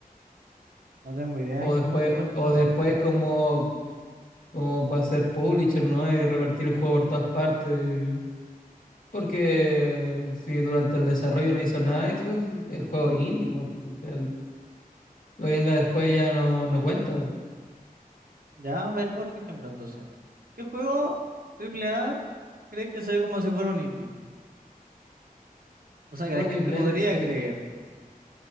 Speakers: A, on the right; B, on the left.
A: No tengo idea
B: o
A: en
B: después,
A: qué punto lo financió.
B: o después como, como para ser publisher, ¿no? Y repartir el juego por todas partes. Porque si durante el desarrollo no hizo nada Xbox, el juego es indie, ¿no? Pues al final, lo que venga después ya no, no cuenta.
A: Ya, a ver, otro ejemplo entonces. ¿Qué juego AAA crees que se ve como si fuera un indie? O sea,
B: Juego
A: que la gente
B: de Black
A: podría
B: se-
A: creer.
B: eh,